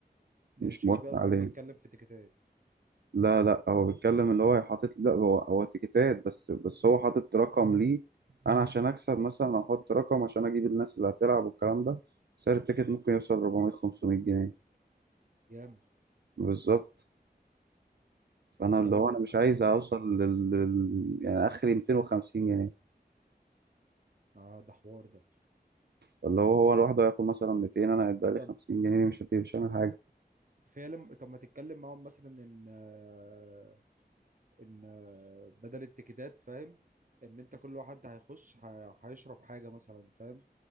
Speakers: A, on the right; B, on the right.
A: يعني
B: مش
A: شجابي
B: موافق
A: اصلا
B: عليه
A: بيتكلم في تيكيتات
B: لا لا هو بيتكلم اللي هو حاطط لا هو هو تيكتات بس بس هو حاطط رقم ليه انا عشان اكسب مثلا احط رقم عشان اجيب الناس اللي هتلعب والكلام ده سعر التيكت ممكن يوصل 400 500 جنيه
A: ياما
B: بالظبط فانا اللي
A: ياما
B: هو انا
A: وكمان
B: مش عايز اوصل لل لل- يعني اخري 250 جنيه
A: اه ده حوار ده
B: فاللي هو هو لوحده هياخد مثلا 200 انا هيتبقى لي
A: طب
B: 50 جنيه دي مش هتبقى مش هعمل حاجه
A: فعلا طب ما تتكلم معاهم مثلا ان آه، ان آه، بدل التيكيتات فاهم ان انت كل واحد هيخش ه- هيشرب حاجه مثلا فاهم